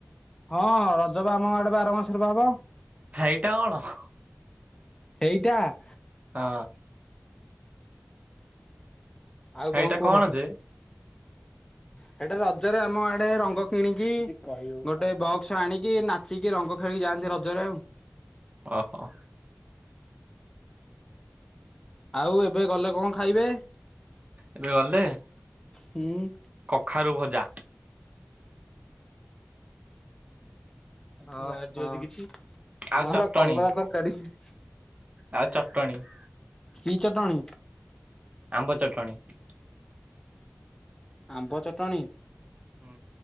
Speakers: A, on the left (about 15°); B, on the right (about 35°).
A: ହଁ ହଁ ରଜ ବା ଆମ ଆଡେ ବା ଆର ମାସରେ ବା ହବ ।
B: ହେଇଟା କଣ ।
A: ହେ଼ଇଟା ।
B: ହଁ ।
A: ଆଉ
B: ହେଇଟା
A: କଣ କୁହ ।
B: ଯେ
A: ସେଟା ରଜରେ ଆମ ଆଡେ ରଙ୍ଗ କିଣିକି ଗୋଟେ ବକ୍ସ ଆଣିକି ନାଚିକି ରଙ୍ଗ। ଖେଳିକି ଯାଆନ୍ତି ରଜରେ ଆଉ।
B: ଓହୋ ।
A: ଆଉ ଏବେ ଗଲେ କଣ ଖାଇବେ ।
B: ଏବେ ଗଲେ ।
A: ହୁଁ ।
B: କଖାରୁ ଭଜା ।
A: ହଁ ମା <unintelligible> କିଛି
B: ଆଉ
A: ଆମର
B: ଚଟଣି
A: କଲରା ତରକାରୀ ।
B: ଆଉ ଚଟଣି ।
A: କି ଚଟଣି?
B: ଆମ୍ବ ଚଟଣି ।
A: ଆମ୍ବ ଚଟଣି ।
B: ହୁଁ